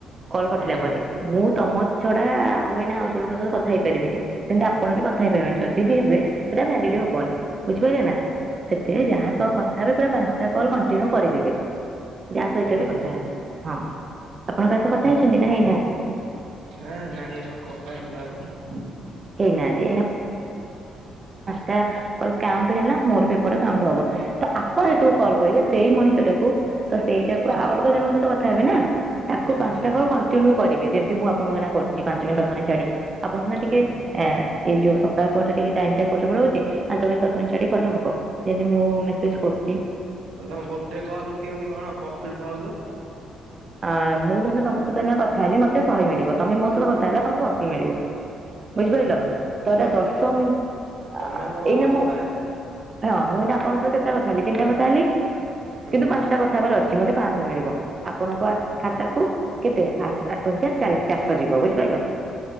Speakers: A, on the right; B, on the right.
A: କଲ କଟିଲା
B: ହୁଁ
A: ପରେ ମୁଁ ତମ ଛଡା ଆଉ ଏଇନା ଆଉ ଜଣଙ୍କ ସହିତ କଥ କଥା ହେଇ ପାରି ବେନି ସେମିତି ଆପଣ ବି କଥା ହେଇ ପାରି ବେନି ଯଦି ବି ହେବେ ସେଇଟା ଭାଲିଡ ହବନି ବୁଝି ପାଇଲେ ନା ସେଥିପାଇଁ ଯାହା ସହ କଥା ହେବେ ପୁରା ପାଞ୍ଚଟା କଲ କଣ୍ଟିନ୍ୟୁ କରିଦେବେ। ଯାହା ସହିତ
B: ହୁଁ
A: ବି କଥା ହେବ ହଁ ଆପଣ କାହା ସହ କଥା ହେଇଛନ୍ତି ନା ହେଇନାହାନ୍ତି।
B: ହାଁ ନାଇଁ ଆଉ କଥା ହେଇନୁ କା ସହିତ।
A: ହେଇନାହାନ୍ତି ତା କଲ କାଉଣ୍ଟ ହେଲା ମୋର ବି ଏପଟେ କାଉଣ୍ଟ ହବ ତ ଆପଣ ଯେତ
B: ହୁଁ
A: ବେଳେ କଲ କରିବେ। ସେଇ ମଣିଷ ଟାକୁ ତ ସେଇଟାକୁ
B: ହୁଁ
A: ଆଉ ଅଲଗା ଜଣଙ୍କ ସହିତ କଥା ହେବେ ନା। ତାକୁ
B: ହୁଁ
A: ପାଞ୍ଚଟା
B: ହୁଁ
A: କଲ କଣ୍ଟିନ୍ୟୁ କରିବେ ଯେ ମୁଁ ଆପଣଙ୍କୁ ଏଇନା କରିଛି ପାଞ୍ଚ ମିନିଟ ଦଶମିନିଟ ଛାଡିକି ଆପଣ ସିନା
B: ହୁଁ
A: ଟିକେ।
B: ହୁଁ।
A: ଏଇଯୋଉ ସକାଳ ପହର ଟା ଟିକେ ଟାଇମ ଟା ଏପଟ ସେପଟ ହଉଚି ପାଞ୍ଚ ମିନଟ ଦଶ ମିନିଟ ଚଡ଼ିକି କଲେ ହବ। ଯଦି ମୁଁ ମେସେଜ କରୁଚି।
B: ତମେ ଗୋଟେ କଲ କୁ କେମତି କଣ ପରଫିଟ ପାଉଛ।
A: ଆ ମୁଁ ଧରି ନିଅ ତମ ସହିତ ଏଇନା କଥା ହେଲି ମତେ ଶହେ ମିଳିବ ତମେ ମୋ ସହିତ କଥା ହେଲା ତମକୁ ଅଶୀ ମିଳିବ। ବୁଝିପାଇଲ
B: ହୁଁ
A: ତ ଏଇଟା
B: ମାନେ
A: ଦଶ ମିଣ୍ଟ। ଆ
B: ତମେ ମୋ ସହିତ
A: ଏଇନ
B: କଥା
A: ମୁଁ
B: ହେଲେ
A: ହଁ ମୁଁ ଏଇନା। ଆପଣ ଙ୍କ ସହିତ କେତେଟା କଥା ହେଲି ତିନିଟା କଥା ହେଲି
B: ହୁଁ
A: କିନ୍ତୁ ପାଞ୍ଚଟା କଥା ହେବାର ଅଛି ମତେ ପାଆଁଶ ମିଳିବ। ଆପଣଙ୍କ ଆକ
B: ହୁଁ
A: ଖାତାକୁୁ କେତେ ଆ ଆଠ ପଞ୍ଚା ଚାଳିଶ ଚାରିଶ ଯିବ ବୁଝିପାଇଲ।